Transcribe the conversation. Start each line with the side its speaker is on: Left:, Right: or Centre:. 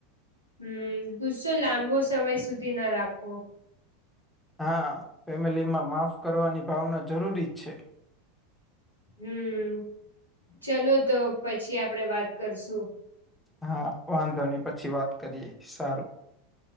Left: હમ ગુસ્સો લાંબો સમય સુધી ના રાખો
Centre: હા ફેમિલી માં માફ કરવાની ભાવના જરૂરી જ છે.
Left: હમ ચલો તો પછી આપડે વાત કરશું
Centre: હા વાંધો ની પછી વાત કરીએ સારું